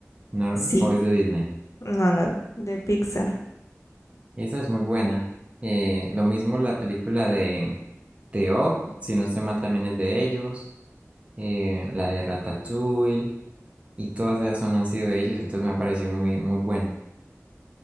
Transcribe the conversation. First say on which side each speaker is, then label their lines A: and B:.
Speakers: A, on the right; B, on the left.
A: No,
B: Sí,
A: o es de Disney.
B: no, no, de Pixar.
A: Esa es muy buena. Eh, lo mismo la película de, de Up, si no estoy mal, también es de ellos. eh, la de Ratatouille, y todas esas son han sido de ellos, entonces me ha parecido muy, muy bueno.